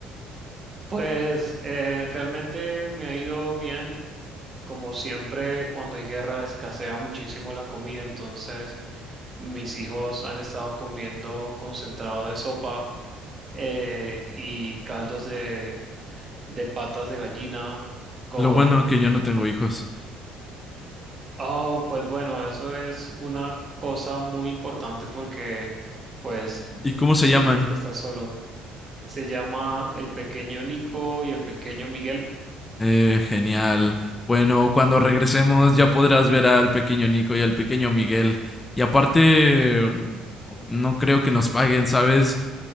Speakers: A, on the right; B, on the left.
A: Pues eh, realmente me ha ido bien. como siempre, cuando hay guerra escasea muchísimo la comida, entonces mis hijos han estado comiendo concentrado de sopa eh, y caldos de, de patas de gallina con...
B: Lo bueno que yo no tengo hijos.
A: Oh, pues bueno, eso es una cosa muy importante porque pues
B: ¿Y cómo se
A: sientes
B: llaman?
A: que estás solo. Se llama el pequeño Nico y el pequeño Miguel.
B: Eh, genial. Bueno, cuando regresemos ya podrás ver al pequeño Nico y al pequeño Miguel. Y aparte, mm, no creo que nos paguen, ¿sabes?